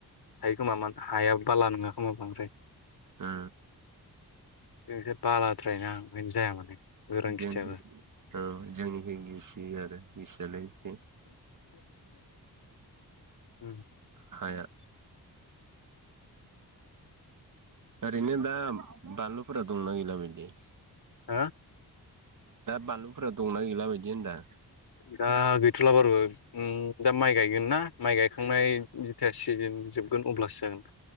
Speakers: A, on the left (about 70°); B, on the right (about 50°).
A: हायो खोमा मानो हाया बाला नङा खोमा बांद्राय
B: ओ।
A: जोंसो बालाद्रायना ओखायनो जाया माने
B: <unintelligible>
A: गोरान खिथियाबो
B: ओ जोंनिजों गिसि आरो गिसियालाय एसे
A: <inaudible> ओम।
B: हाया ओरैनो दा बानलुफोरा दंना गैला बिदि।
A: हा
B: बानलुफोरा दंना गैला बायदि होनदां
A: दा गैथला बारु उम दा माइ गायगोन ना माइ गायखांनाय जेथिया सिजोन जोबगोन अब्लासो जागोन।